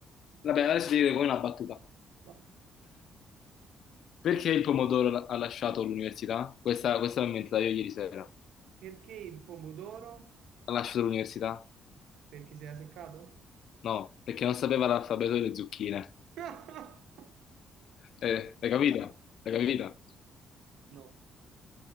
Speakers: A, on the left; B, on the right.
A: Vabbè, adesso ti dico come una battuta.
B: boh,
A: Perché il pomodoro ha lasciato l'università? Questa, questa l'ho inventata io ieri sera.
B: Perché il pomodoro?
A: Ha lasciato l'università?
B: Perché si era seccato?
A: No, perché non sapeva l'alfabeto delle zucchine.
B: <laughs>
A: Eh, l'hai capita? L'hai capita?
B: No.